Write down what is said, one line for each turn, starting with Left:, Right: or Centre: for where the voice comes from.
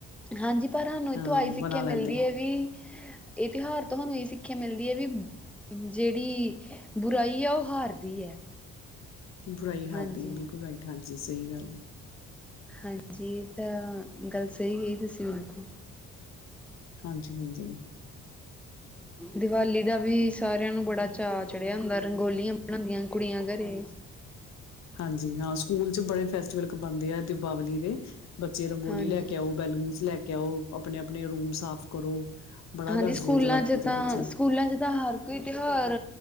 Centre: ਹਾਂਜੀ, ਪਰ ਸਾਨੂੰ ਇਹਥੋਂ
Left: ਹਾਂ
Centre: ਆਈ ਸਿੱਖਿਆ
Left: ਬਣਾ ਲੈਂਦੇ
Centre: ਮਿਲਦੀ ਐ ਵੀ ਇਹ ਤਿਉਹਾਰ ਤੁਹਾਨੂੰ ਈ ਸਿੱਖਿਆ ਮਿਲਦੀ। ਵੀ ਜਿਹੜੀ ਬੁਰਾਈ ਆ ਉਹ ਹਾਰਦੀ ਹੈ।
Left: ਬੁਰਾਈ ਹਾਰਦੀ
Centre: ਹਾਂਜੀ
Left: ਐ ਬਿਲਕੁਲ, ਰਾਈਟ ਹਾਂਜੀ ਸਹੀ ਗੱਲ ਆ।
Centre: ਹਾਂਜੀ, ਇਹ ਤਾਂ ਗੱਲ ਸਹੀ ਗਈ ਤੁਸੀਂ ਬਿਲਕੁਲ।
Left: ਹਾਂਜੀ-ਹਾਂਜੀ।
Centre: ਦੀਵਾਲੀ ਦਾ ਵੀ ਸਾਰਿਆਂ ਨੂੰ ਬੜਾ ਚਾਅ ਚੜਿਆ ਹੁੰਦਾ, ਰੰਗੋਲੀਆਂ ਬਣਾਉਦੀਆਂ ਕੁੜੀਆਂ। ਅਗਰੇ।
Left: ਹਾਂਜੀ ਹਾਂ ਸਕੂਲ ਚ ਬੜੇ ਫੈਸਟੀਵਲ ਕਰਵਾਦੇ ਆ ਦੀਪਾਵਲੀ ਦੇ। ਬੱਚੇ ਰੰਗੋਲੀ
Centre: ਹਾਂਜੀ
Left: ਲੈ ਕੇ ਆਓ, ਬੈਲੂਨਸ ਲੈ ਕੇ ਆਓ ਆਪਣੇ ਆਪਣੇ ਰੂਮ ਸਾਫ਼ ਕਰੋ। ਬੜਾ
Centre: ਹਾਂਜੀ,
Left: ਦੱਸਦੀ
Centre: ਸਕੂਲਾਂ
Left: ਆ ਦੀਵਾਲੀ
Centre: ਚ
Left: ਦਾ
Centre: ਤਾਂ
Left: ਬੱਚੇ
Centre: ਸਕੂਲਾਂ ਚ ਤਾਂ ਹਰ ਕੋਈ ਤਿਉਹਾਰ